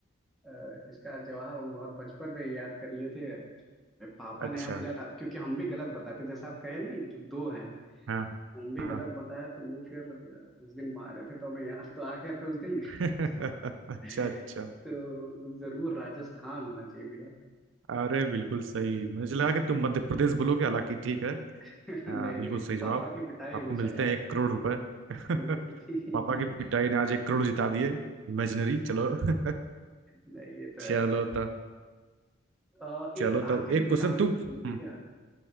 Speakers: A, in the centre; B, on the right.
A: अ, इसका जवाब हम बहुत बचपन में ही याद कर लिए थे मेरे पापा
B: अच्छा
A: ने याद दिलाया था क्योंकि हम भी गलत बताते जैसे आप कहे नहीं कि दो हैं
B: हाँ
A: हम भी
B: हाँ
A: गलत बताया तो वो फिर अ, उस दिन मारे थे तो हमें याद तो आ गया था उस दिन <laughs>
B: <laughs>
A: <laughs>
B: अच्छा अच्छा
A: तो जरूर राजस्थान होना चाहिए भैया
B: अरे बिल्कुल सही मुझे लगा कि तुम मध्य प्रदेश बोलोगे हालांकि ठीक है
A: <laughs>
B: हाँ,
A: नहीं
B: बिल्कुल
A: नहीं
B: सही जवाब
A: पापा की पिटाई हमेशा
B: आपको मिलते
A: याद
B: हैं एक करोड़ रुपए <laughs>
A: रहती
B: पापा
A: है।
B: की पिटाई
A: <laughs>
B: ने आज एक करोड़ जिता दिए इमेजिनरी चलो <laughs>
A: नहीं ये तो
B: चलो
A: है
B: तब
A: अ, एक
B: चलो
A: आखिरी
B: तब एक
A: विटामिन
B: क्वेश्चन तुम
A: से पूछ ले
B: हम्म,
A: क्या